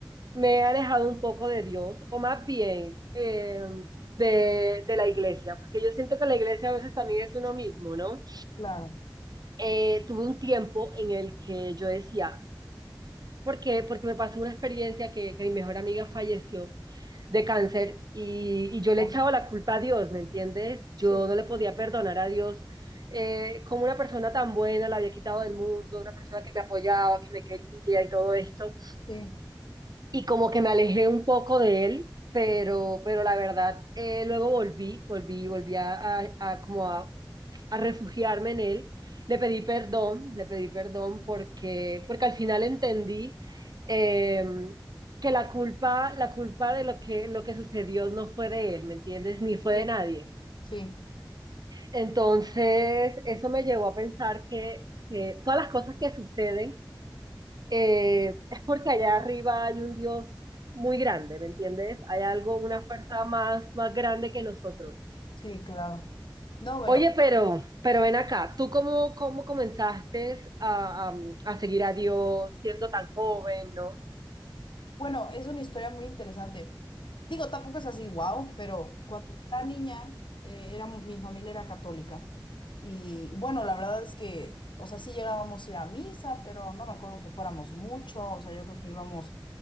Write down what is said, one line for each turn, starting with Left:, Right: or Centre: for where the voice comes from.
Right: me he alejado un poco de Dios, o más bien eh, de, de la iglesia, porque yo siento que la iglesia a veces también es uno mismo, ¿no?
Left: claro.
Right: Eh, tuve un tiempo en el que yo decía, ¿por qué? Porque me pasó una experiencia que que mi mejor amiga falleció. de cáncer y, y yo le
Left: Ah,
Right: echaba la culpa a Dios, ¿me entiendes? Yo
Left: Sí,
Right: no le podía perdonar a Dios eh, como una persona tan buena la había quitado del mundo, una persona que me apoyaba, que me quería y todo esto.
Left: sí,
Right: Y como que me alejé un poco de él, pero,
Left: sí,
Right: pero la verdad, eh, luego volví, volví, volví a, a, a como a, a refugiarme en él. Le pedí perdón, le pedí perdón porque, porque al final entendí eh, que la culpa, la culpa de lo que, lo que sucedió no fue de él, ¿me entiendes? Ni fue
Left: sí,
Right: de nadie.
Left: sí,
Right: Entonces, eso me llevó a pensar que, que todas las cosas que suceden eh, es porque allá arriba hay un Dios muy grande, ¿me entiendes? Hay algo, una fuerza más, más grande que nosotros.
Left: sí, claro. No, bueno.
Right: Oye, pero, pero ven acá, ¿tú cómo, cómo comenzaste a, a- a seguir a Dios siendo tan joven, ¿no?
Left: Bueno, es una historia muy interesante. Digo, tampoco es así, wow, pero cuando era niña, eh, era, mi familia era católica. Y bueno, la verdad es que, o sea, sí llegábamos a ir a misa, pero no me acuerdo que fuéramos mucho. O sea, yo creo que íbamos